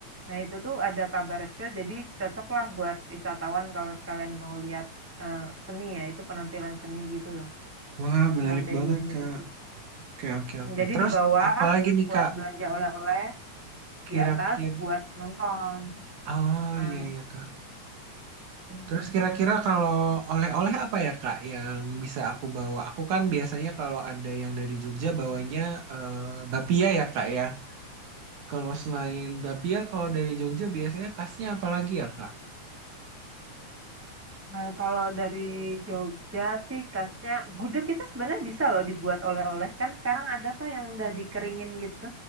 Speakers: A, in the centre; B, on the right (about 75°).
A: Nah itu tuh ada kabaret show, jadi cocok lah buat wisatawan kalau sekalian mau lihat eh, seni ya, itu penampilan seni gitu loh
B: Wah menarik
A: di lantai
B: banget
A: duanya
B: Kak.
A: itu.
B: Oke oke
A: Mm,
B: oke.
A: Jadi
B: Terus
A: di bawah
B: apalagi nih
A: buat
B: Kak
A: belanja oleh-oleh,
B: kira-kira.
A: di atas buat nonton,
B: Oh
A: makan.
B: iya ya Kak.
A: Hmm.
B: Terus kira-kira kalau oleh-oleh apa ya Kak yang bisa aku bawa? Aku kan biasanya kalau ada yang dari Jogja bawanya eh, bapia ya Kak ya. Kalau selain bapia, kalau dari Jogja biasanya khasnya apa lagi ya Kak?
A: Nah, kalau dari Jogja sih khasnya gudeg itu sebenarnya bisa loh dibuat oleh-oleh kan sekarang ada tuh yang udah dikeringin gitu